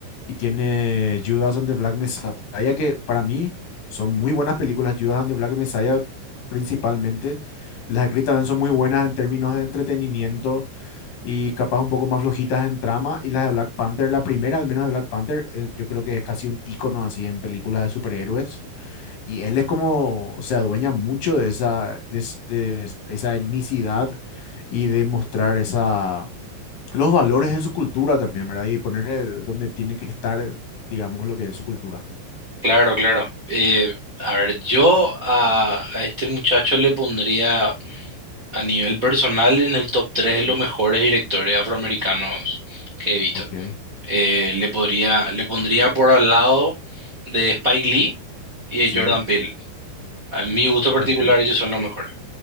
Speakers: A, on the left; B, on the right.
A: y tiene Judas and the Black Messiah, que para mí son muy buenas películas. Judas and the Black Messiah principalmente. Las de Creed también son muy buenas en términos de entretenimiento y capaz un poco más flojitas en trama. Y las de Black Panther, la primera al menos de Black Panther, eh, yo creo que es casi un icono así en películas de superhéroes. Y él es como, se adueña mucho de esa, de, es- de es- esa etnicidad y de mostrar esa, los valores de su cultura también, ¿verdad? Y ponerle donde tiene que estar, digamos, lo que es su cultura.
B: Claro, claro. Eh, a ver, yo a, a este muchacho le pondría a nivel personal en el top tres
A: Ujú.
B: de los mejores directores afroamericanos que he visto.
A: Ok,
B: Eh, le podría, le pondría por al lado de Spike Lee y
A: sí,
B: de Jordan Peele. A mi gusto particular,
A: también.
B: ellos son los mejores.